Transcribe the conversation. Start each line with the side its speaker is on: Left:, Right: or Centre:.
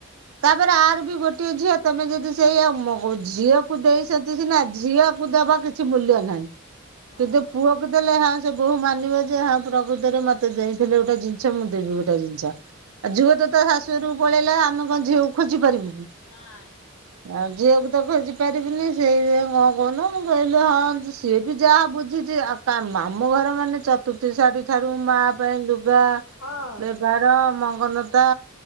Right: ତାପରେ ଆର ବି ଗୋଟିଏ ଝିଅ, ତମେ ଯଦି ସେଇଆଉ ଝିଅକୁ ଦେଇଛନ୍ତି ସିନା, ଝିଅକୁ ଦେବା କିଛି ମୂଲ୍ୟ ନାହିଁ।
Left: ହଁ
Right: କିନ୍ତୁ ପୁଅ କୁ ଦେଲେ ସେ ବୋହୁ ମାନିବ ଯେ -ହଁ ପ୍ରକୃତରେ ମତେ ଦେଇଥିଲେ ଗୋଟେ ଜିନିଷ ମୁଁ ଦେବି ଗୋଟେ ଜିନିଷ। ଆଉ
Left: ହଁ।
Right: ଝିଅ ତ ତା ଶାଶୁ ଘରକୁ ପଳେଇଲା, ଆମେ କଣ ଝିଅକୁ ଖୋଜି ପାରିବୁ କି?
Left: ନାଇଁ।
Right: ଆଉ ଝିଅକୁ ତ ଖୋଜି ପାରିବିନି, ସେଇଥି କଣ କହୁନୁ, ମୁଁ କହିଲି ହଁ ସିଏ ବି ଯାହା ବୁଝିଛି ଆଉ ତା ମାମୁ ଘର ମାନେ ଚତୁର୍ଥୀ ଶାଢୀ ଠାରୁ ମା ପାଇଁ ଲୁ ଗା
Left: ହଁ
Right: ବେଭାର ମ ନତା,